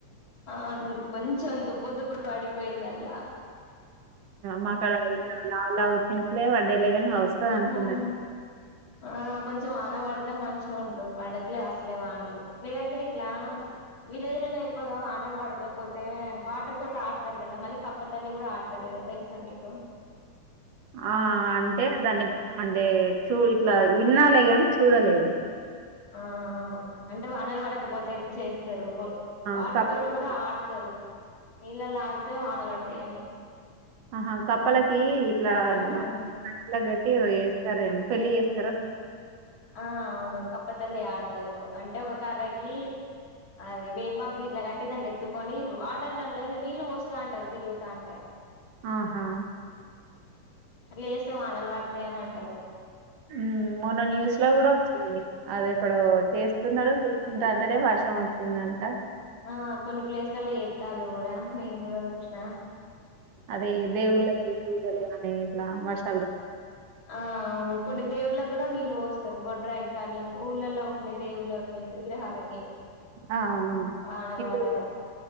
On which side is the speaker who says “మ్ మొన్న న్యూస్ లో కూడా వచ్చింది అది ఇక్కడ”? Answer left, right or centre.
Right